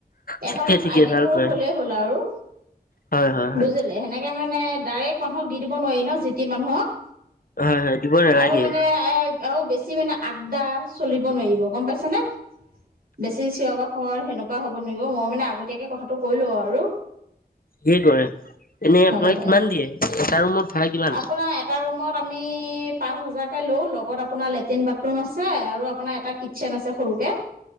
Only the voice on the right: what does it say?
এখন
আই ডি
প্ৰুফ হ'লেই হ'ল আৰু।
বুজিলে সেনেকে মানে ডাইৰেক্ট মানুহক দি দিব নোৱাৰি ন' যিতি মানুহক।
আৰু মানে এ ঔ বেছি মানে আড্ডা চলিব নোৱাৰিব গম পাইছে নে? বেছি চিঞ বাখৰ হয় সেনেকুৱা হ'ব নোৱাৰিব মই মানে আগতীয়াকে কথাটো কৈ লওঁ আৰু।
হয়
হয়।
আপোনাৰ এটা ৰুমত আমি পাঁচ হাজাৰকে লওঁ লগত আপ আপোনাৰ লেট্ৰিন, বাথৰুম আছে আৰু আপোনাৰ এটা কিটচেন আছে সৰুকে।